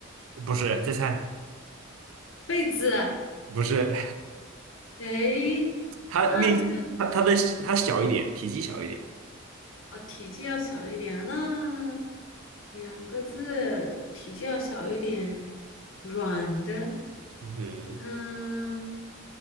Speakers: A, on the right; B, on the left.
A: 不是，再猜，
B: 被子？
A: 不是，
B: 诶，
A: <laughs> 它面积，
B: 那这个。
A: 它它的它小一点，体积小一点，
B: 啊，体积要小一点，那两个字，体积要小一点，软的，
A: 嗯哼，
B: 嗯，